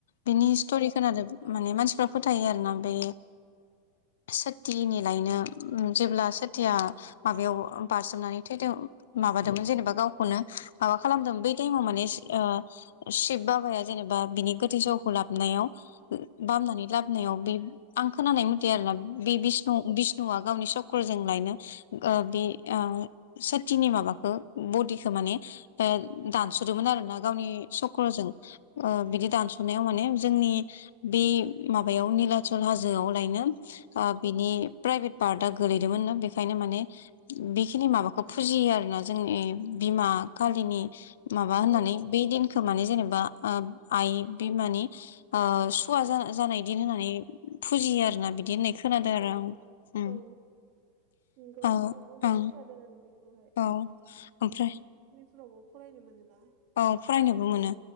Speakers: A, on the left; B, on the right.
A: बिनि हिस्ट'रि
B: औ
A: खोनादों माने मानसिफ्रा फोथायो आर ना बे सथिनि लायनो उम जेब्ला सोथिया माबायाव बारजोमनानै थैदों माबादोंमोन जेनेबा गावखौनो माबा खालामदों बै टाइमाव माने ओ शिब बाबाया जेनेबा बिनि गोथै सह'खौ लाबनायाव बामनानै नायाव बे आं खोनानाय मथे आरोना बे बिष्णु बिष्णुआ गावनि स क्रजों लायनो ओ बे ओ सथिनि माबाखौ बदिखौ माने दानस'दोंमोन आरोना गावनि सक्रजों ओ बिदि दानस'नायाव माने जोंनि बे माबायाव निलाचल हाजोआव लायनो ओ बिनि प्राइभेट पार्टआ गोलैदोंमोननो बेखायनो माने बेखिनि माबाखौ फुजियो आरोना जोंनि बिमा खालिनि माबा होननानै
B: औ
A: बे दिनखो माने जेनेबा ओ आइ बिमानि ओ सुवा जाना जानाय दिन होननानै फुजियो आरोना बिदि होननाय खोनादों
B: औ
A: आरो आं ओम
B: औ नंगौ
A: ओ
B: आंबो
A: ओं।
B: खोनादों आरो बेखौहाय
A: औ ओमफ्राय
B: हरावबो फरायनो मोनोना?
A: औ फरायनोबो
B: औ
A: मोनो